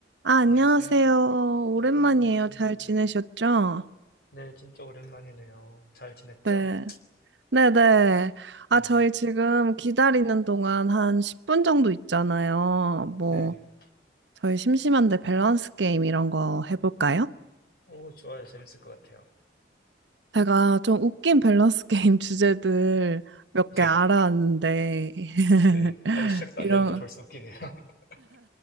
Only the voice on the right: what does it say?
아, 안녕하세요.
오랜만이에요.
잘 지내셨죠?
네. 네네. 아,
저희 지금 기다리는 동안 한 10분 정도 있잖아요. 뭐,
저희 심심한데 밸런스 게임 이런 거 해볼까요?
제가 좀 웃긴 밸런스 게임 <laughs> 주제들 몇
개 알아왔는데, <laughs>
이런,